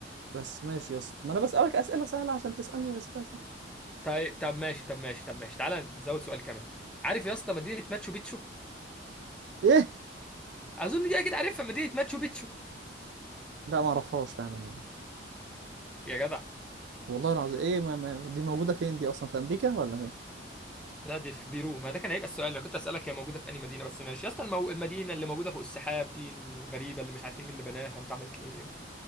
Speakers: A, on the right; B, in the centre.
A: بس ماشي يا اسطى ما انا بسألك أسئلة سهلة عشان تسألني أسئلة سهلة
B: طيب طب ماشي طب ماشي طب ماشي تعالى نزود سؤال كمان عارف يا اسطى مدينة ماتشو بيتشو
A: ايه
B: اظن دي اكيد عارفها مدينة ماتشو بيتشو
A: لا ما اعرفهاش فعلا والله
B: يا جدع
A: والله العظيم ايه ما... ما... دي موجودة فين دي اصلا في امريكا ولا فين
B: لا دي في بيرو ما ده كان هيبقى السؤال انا كنت اسالك هي موجودة في انهي مدينة بس ماشي يا اسطى المو... المدينة اللي موجودة فوق السحاب دي الغريبة اللي مش عارفين مين اللي بناها واتعملت ليه